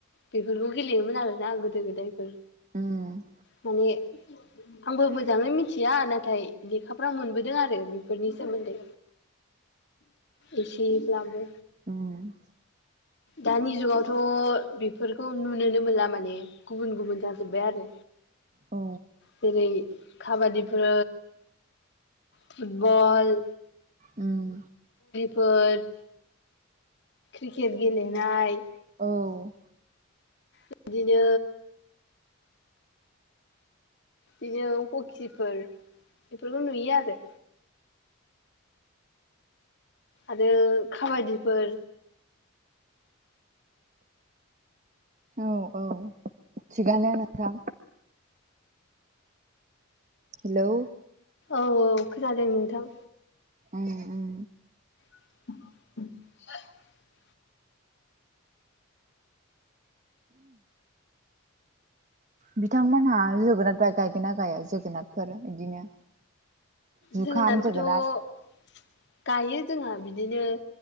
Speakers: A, on the left; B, on the right.
A: बेफोरखौ गेलेयोमोन आरोना गोदो गोदायफोर
B: उम
A: माने आंबो मोजाङै मिथिया नाथाय लेखाफ्रा मोनबोदों आरो बेफोरनि सोमोन्दै। एसे ब्लाबो
B: उम
A: दानि जुगावथ' बेफ फोरखौ नुनोनो मोनला माने गुबुन गुबुन जाजोब्बाय आरो
B: औ
A: जेरै खाबादिफोर फुटबल
B: ओम
A: फोर खेट गेलेनाय
B: औ
A: बि दिनो बिनो हखिफोर बेफोरखौ नुयो आरो आरो खाबादिफोर
B: औ औ थिगानो नोंथां हेलौ
A: औ औ खोनादों नोंथां
B: ओम ओम
A: <inaudible>
B: बिथांमोनहा जोगोनाद बाय गायगोन ना गाया जोगोनादफोर इदिनो जुखाम
A: जोगोनादखोथ'
B: जोगोनार
A: गायो जोंहा बिदिनो